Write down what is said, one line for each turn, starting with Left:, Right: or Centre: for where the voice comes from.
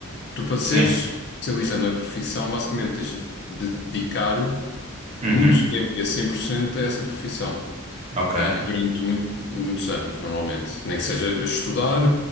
Left: Tu, para seres
Right: sim.
Left: especialista na profissão, basicamente tens de dedicar
Right: Uhum,
Left: muito tempo e a 100% a essa profissão.
Right: ok,
Left: Ah, e durante muito- muitos anos, normalmente. Nem que seja a estudar,